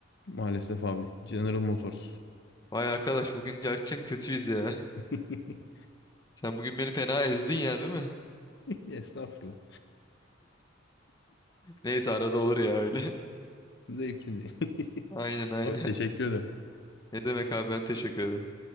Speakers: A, on the left; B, on the left.
A: Maalesef abi. General Motors.
B: Vay arkadaş bugün gerçekten kötüyüz ya.
A: <laughs>
B: <laughs> Sen bugün beni fena ezdin ya değil mi? <laughs>
A: Estağfurullah.
B: Neyse arada olur ya öyle.
A: Zevkindi. <laughs>
B: <laughs> Aynen aynen.
A: Abi teşekkür ederim.
B: Ne demek abi ben teşekkür ederim.